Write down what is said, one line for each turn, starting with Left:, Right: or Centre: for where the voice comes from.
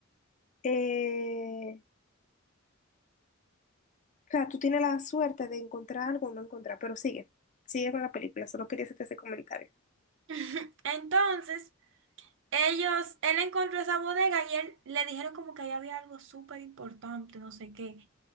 Left: eh, o sea, tú tienes la suerte de encontrar algo o no encontrar, pero sigue, sigue con la película, solo quería hacerte ese comentario.
Right: <laughs> Entonces, ellos, él encontró esa bodega y él le dijeron como que ahí había algo súper importante, no sé qué.